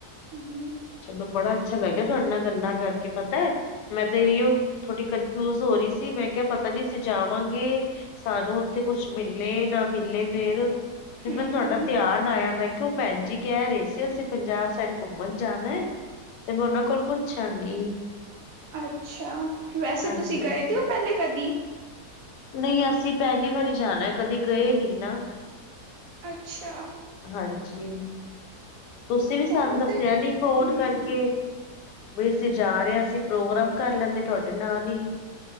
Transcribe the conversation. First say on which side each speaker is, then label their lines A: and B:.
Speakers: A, on the right; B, on the left.
A: ਹਮ <unintelligible>
B: ਚਲੋ ਬੜਾ ਅੱਛਾ ਲਗਿਆ ਤੁਹਾਡੇ ਨਾਲ ਗੰਦਾ ਕਰਕੇ ਪਤਾ ਮੈਂ ਤੇ ਇਔ ਥੋੜੀ ਕਨਫਿਊਜ ਹੋ ਰੀ ਸੀ ਮੈਂ ਕਿਯਾ ਪਤਾ ਨੀ ਅਸੀ ਜਾਵਾਂਗੇ। ਸਾਨੂੰ ਔਥੇ ਕੁਛ ਮਿਲੇ ਨਾ ਮਿਲੇ ਫੇਰ
A: ਹੂੰ
B: ਮੈਨੂੰ ਤੁਹਾਡਾ <unintelligible> ਧੇਯਾਨ ਆਯਾ ਮੈਂ ਕੇਆ ਔਹ ਭੈਣ ਜੀ ਕੈ ਰੇ ਸੀ ਅਸੀਂ ਪੰਜਾਬ ਸਾਈਡ ਘੁੰਮਣ ਜਾਨੈ। ਤੇ ਮੈਂ ਔਨਾਂ ਕੋਲ ਪੁੱਛਾਂਗੀ
A: ਅੱਛਾ ਵੈਸੇ
B: ਹਾਂਜੀ
A: ਤੁਸੀਂ ਗਏ ਦੇ ਹੋ ਪੈਲੇ ਕਦੀ।
B: ਨ ਈ ਅਸੀਂ ਪੈਲੀ ਵਾਰੀ ਜਾਣਾ ਕਦੇ ਗਏ ਨੀ ਨਾ
A: ਅੱਛਾ।
B: ਹਾਂਜੀ ਤੁਸੀਂ ਵੀ ਸਾਨੂੰ
A: ਹੁਣ
B: ਦੱਸਿਆ
A: ਤੇ
B: ਨੀ ਫੋਨ
A: ਹੂੰ
B: ਕਰਕੇ ਵੀ ਅਸੀਂ ਜਾ ਰੇ ਆਂ ਅਸੀਂ ਪ੍ਰੋਗਰਾਮ ਕਰ ਲੈਂਦੇ ਤੁਆਡੇ ਨਾਲ ਈ।